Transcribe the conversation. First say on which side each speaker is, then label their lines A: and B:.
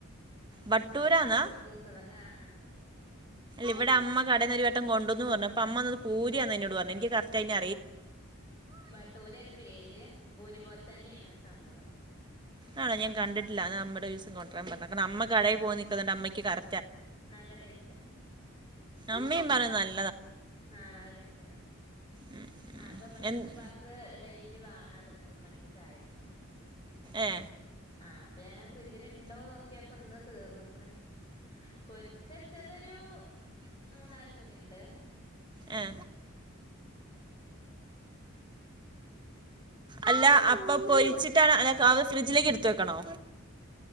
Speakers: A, on the right; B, on the left.
A: ബട്ടൂരാന്നാ
B: ഞാനിങ്ങനെ കുബ്ബൂസ് ആ ആ ആ
A: ഇവിടെ അമ്മ കടന്നൊരു വട്ടം കൊണ്ടന്ന് വന്ന് അപ്പ അമ്മ അത് പൂരിയാന്ന എന്നോട് പർഞ്ഞെ എനിക്ക് കറക്ടയ്ന്റെ
B: ബട്ടൂരേണ് പേര് ഭൂരി പോലെ തന്നേണ് സംഭവം
A: ആണാ ഞാൻ കണ്ട്ട്ടില്ല അന്നാ അമ്മടെ ഒരൂസം കൊണ്ടരാൻ പറയണം കാരണം അമ്മ കടയിൽ
B: ആഹ്
A: പോയി നിൽക്കുന്നൊണ്ട് അമ്മയ്ക്ക് കറ
B: നല്ല ടേസ്റ്റാ
A: അമ്മയും പറയും നൽ
B: ആ ല്ല ടേസ്റ്റ്ണ്ട്
A: ഉം, ഉം.
B: ആ അപ്പൊ ഇബടെപ്പാക്ക്
A: എന്ത്-
B: ഡെയ്ലി വാണത് മൂന്ന് മണിക്ക് ചായ ക്ക
A: ഏ
B: ആ അപ്പൊ ഞാനത് ഫ്രിഡ്ജിൽണ്ടോ നോക്കിയപ്പ ഇന്ന് തീർന്ന് ക്ക്ണ് പൊര്ച്ചെച്ചതൊരു മൂന്നാല് മുറിണ്ട്
A: ആ.
B: ഉം
A: അല്ല അപ്പൊ പൊരിച്ചിട്ടാണ് അ അ ത് ഫ്രിഡ്ജിലേക്ക് എടുത്ത് വെക്കണോ